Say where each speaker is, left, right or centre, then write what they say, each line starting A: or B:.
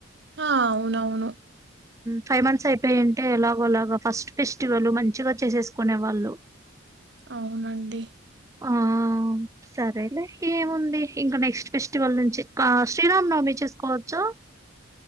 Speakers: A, on the right; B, on the right.
A: ఆ అవునవును
B: ఫైవ్ మంత్స్ అయిపోయింటే ఎలాగోలాగా ఫస్ట్ ఫెస్టివల్ మంచిగా చేసేసుకునే వాళ్ళు
A: అవునండి
B: ఆ! సరేలే ఏముంది ఇంకా నెక్స్ట్ ఫెస్టివల్ నుంచి శ్రీరామ్ నవమి చేసుకోవచ్చు